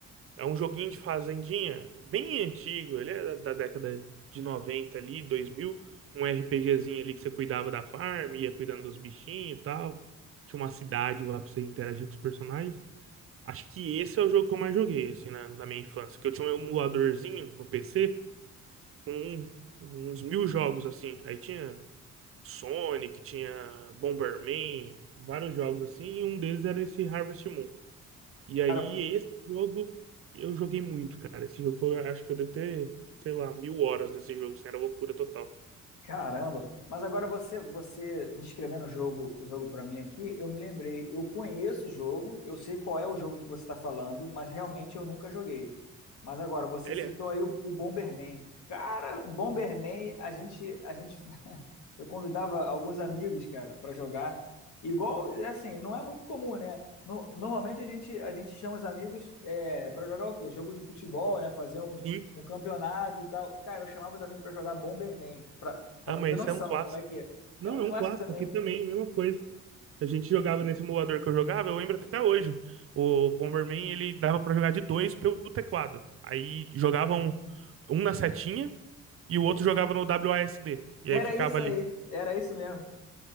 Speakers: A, on the right; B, on the left.
A: é um joguinho de fazendinha bem antigo, ele é da da década de 90 ali, dois mil Um RPGzinho ali que você cuidava da farm, ia cuidando dos bichinhos e tal. Tinha uma cidade lá pra você interagir com os personagens. Acho que esse é o jogo que eu mais joguei, assim, na, na minha infância. Que eu tinha um emuladorzinho no PC com uns mil jogos assim. Aí tinha Sonic, tinha Bomberman, vários jogos assim, e um deles era esse Harvest Moon. E
B: Cara,
A: aí esse jogo eu joguei muito, cara. Esse jogo foi, acho que eu devo ter, sei lá, mil horas nesse jogo, assim, era loucura total.
B: Caramba! Mas agora você você descrevendo o jogo, o jogo para mim aqui, eu me lembrei. Eu conheço o jogo, eu sei qual é o jogo que você está falando, mas realmente eu nunca joguei. Mas agora você
A: Ele
B: citou
A: é?
B: aí o, o Bomberman. Cara, o Bomberman, a gente a gente <laughs> eu convidava alguns amigos, cara, para jogar. Igual, é assim, não é muito comum, né? No- normalmente a gente a gente chama os amigos é, para jogar o quê? Jogo de futebol, né? Fazer um
A: Sim.
B: um campeonato e tal. Cara, eu chamava os amigos para jogar Bomberman. Pra
A: Ah,
B: ter
A: mas
B: noção,
A: isso é um clássico.
B: como é que é.
A: Não,
B: É um
A: é
B: clássico
A: um clássico
B: também.
A: aqui também, a mesma coisa. A gente jogava nesse emulador que eu jogava, eu lembro até hoje. O Bomberman, ele dava pra jogar de dois pelo teclado. Aí jogavam um um na setinha E o outro jogava no WASD. E
B: Era
A: aí ficava
B: isso
A: ali.
B: aí, era isso mesmo.